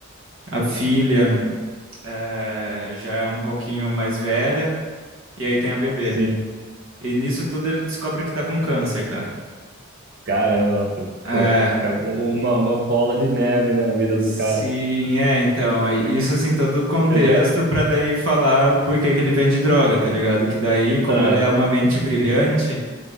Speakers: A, on the right; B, on the right.
A: A filha, é, já é um pouquinho mais velha, e aí tem a bebê.
B: sim.
A: E nisso tudo ele descobre que tá com câncer, cara.
B: Caramba, nossa,
A: É.
B: pô, ca- uma, uma bola de neve, né, a vida
A: Sim,
B: do cara.
A: é, então, é isso assim, todo o contexto
B: Eu já,
A: pra daí falar por que que ele vende droga, tá ligado? Que daí, como
B: ah,
A: ele é uma mente brilhante,